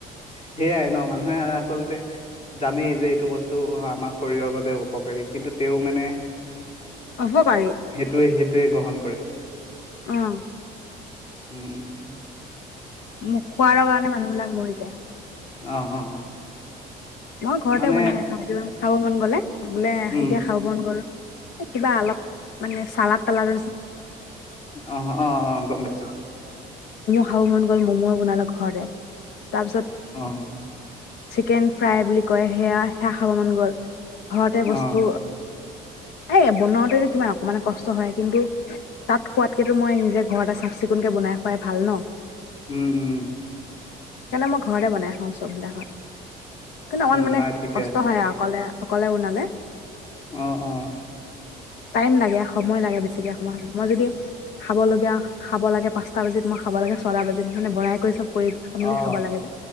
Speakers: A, on the left; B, on the left.
A: সেইয়াই ন মানুহে আচলতে জানেই যে এইটো বস্তু আমাৰ শৰীৰৰ বাবে উপকাৰী কিন্তু তেওঁ মানে সেইটোয়ে
B: অপকাৰী
A: সেইটোয়ে গ্ৰহণ কৰে
B: আহ
A: উম উম উম
B: মোক খুৱাৰ <inaudible> মানুহ বিলাক মৰি যায়।
A: অঁ অ
B: মই ঘৰতে
A: মানে
B: বনাই খাওঁ খা ন গ'লে বোলে
A: উম
B: এতিয়া খা বন গ'ল কিবা অলপ মানে চালা তালাদ
A: অ অ অ গম আছে
B: খাও মন গ'ল মম বনাল ঘৰে তাৰপিছত
A: অ'
B: কে ফ্ৰাই বুলি কয় সেয়া সেয়া খাব মন গ'ল ঘৰতে বস্তু
A: অ'
B: এই বনাওতেো কিমান অকমান কষ্ট হয় কিন্তু তাত খোৱাতকেতো মই নিজে ঘৰ এটা চাফ চিকুণকে বনাই খোৱাই ভাল ন
A: উম উম
B: সেইকাৰণে মই ঘৰতে বনাই খাওঁ চবিদা হয় কি অমান
A: উম
B: মানে
A: নাই ঠিকে
B: কষ্ট হয় আৰু অকলে অ কলে নালে
A: আহ আহ
B: টাইম লাগে সময় লাগে বেছিকৈ সময় মই যদি খাব লগীয়া খাব লাগে পাঁচটা বাজিত মই খাব লাগে ছটা বাজিত মানে বনাই কৰি চব কৰি খ মে
A: অ'
B: খাব লাগে যে